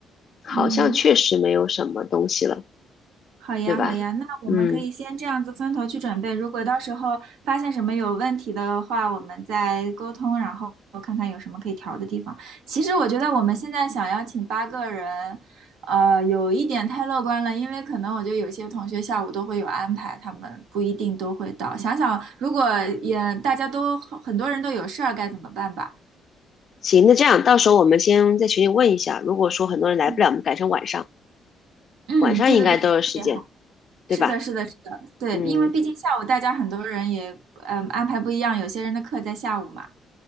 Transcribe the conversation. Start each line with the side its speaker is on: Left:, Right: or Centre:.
Left: 好像确实没有什么东西了，
Right: 嗯。好呀，
Left: 对吧？
Right: 好呀，那我们可以先这样子分头去准备。
Left: 嗯，
Right: 如果到时候发现什么有问题的话，我们再沟通，然后看看有什么可以调的地方。其实我觉得我们现在想要请八个人，呃，有一点太乐观了，因为可能我觉得有些同学下午都会有安排，他们不一定都会到。想想如果也大家都很多人都有事儿，该怎么办吧？
Left: 行，那这样到时候我们先在群里问一下，如果说很多人来不了，
Right: 嗯，
Left: 我们改成晚上，
Right: 嗯，
Left: 晚上应该都有时间，
Right: 对对对，这个也
Left: 对吧？
Right: 是的，是的，是的，对，
Left: 嗯。
Right: 因为毕竟下午大家很多人也嗯安排不一样，有些人的课在下午嘛。